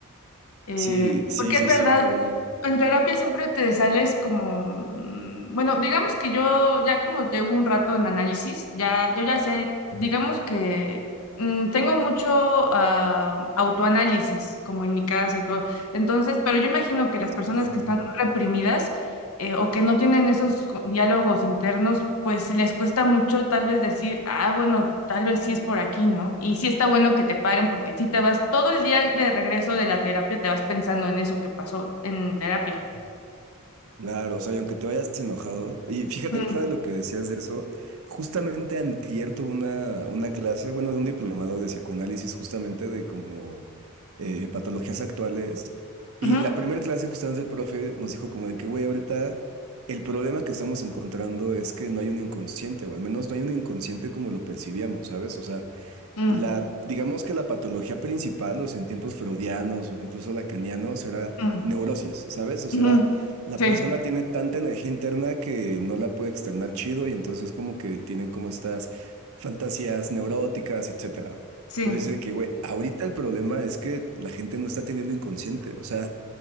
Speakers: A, on the left (about 85°); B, on the right (about 75°).
A: Eh,
B: Sí, sí,
A: porque
B: sí,
A: es verdad,
B: sí, cabrón.
A: en terapia siempre te sales como, mm, bueno, digamos que yo ya como llevo un rato en análisis, ya, yo ya sé, digamos que mm, tengo mucho ah, autoanálisis, como en mi casa y todo. Entonces, pero yo imagino que las personas
B: Sí.
A: que están reprimidas eh, o que no tienen esos co- diálogos internos, pues les cuesta mucho tal vez decir, ah, bueno, tal vez sí es por aquí, ¿no? Y sí está bueno que te paren porque si te vas todo el día de regreso de la terapia, te vas pensando en eso que pasó en terapia.
B: Claro, o sea, y aunque te vayas enojado, y fíjate,
A: Mm,
B: ahorita de lo que decías de eso, justamente antier tuve una, una clase, bueno, de un diplomado de psicoanálisis, justamente de como eh, patologías actuales, y
A: ujú,
B: la primera clase justamente el profe nos dijo como de que, güey, ahorita el problema que estamos encontrando es que no hay un inconsciente, o al menos no hay un inconsciente como lo percibíamos, ¿sabes? O sea,
A: mm,
B: la, digamos que la patología principal, o sea, en tiempos freudianos o incluso lacanianos, era
A: mm,
B: neurosis, ¿sabes? O sea,
A: ujú.
B: era- la
A: Sí,
B: persona tiene tanta energía interna que no la puede externar chido y entonces como que tienen como estas fantasías neuróticas, etcétera.
A: sí.
B: Pero dice que, güey, ahorita el problema es que la gente no está teniendo inconsciente, o sea,